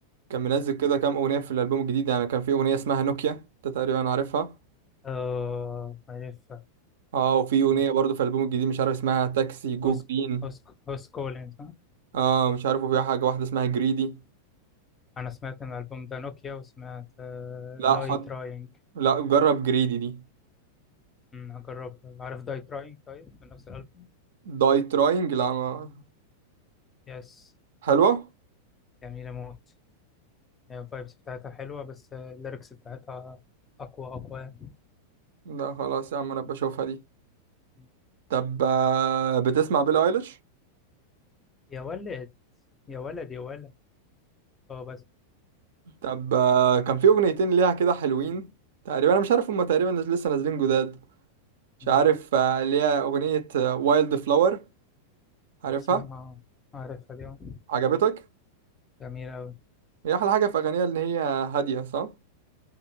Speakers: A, on the right (about 60°); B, on the left (about 20°).
A: كان منزل كده كام اغنيه في الالبوم الجديد يعني كان في اغنيه اسمها نوكيا انت تقريبا عارفها
B: اه عارفها
A: اه وفي اغنيه
B: آه،
A: برضه في الالبوم الجديد مش عارف اسمها تاكسي جو
B: هوس
A: جرين
B: هوس هوس كولينز
A: اه مش عارف وفي حاجه واحده اسمها جريدي
B: انا سمعت ان الالبوم ده نوكيا وسمعت
A: لا
B: داي
A: حط
B: تراينج
A: لا جرب جريدي دي
B: هجرب عارف داي تراينج طيب من نفس الالبوم
A: داي تراينج لا ما...
B: يس
A: حلوه
B: جميله موت هي الفايبس بتاعتها حلوه بس آه، الليركس بتاعتها اقوى اقوى
A: لا خلاص يا عم انا بشوفها دي
B: مم.
A: طب آه، بتسمع بيلي ايليش
B: يا ولد يا ولد يا ولد اه بس
A: طب آه، كان في اغنيتين ليها كده حلوين تقريبا انا مش عارف هما تقريبا نز- لسه نازلين جداد مش
B: مم.
A: عارف آه، ليها اغنية وايلد فلاور عارفها
B: بسمعها عارفها دي آه.
A: عجبتك
B: جميله قوي
A: هي احلى حاجة في اغانيها ان هي هادية صح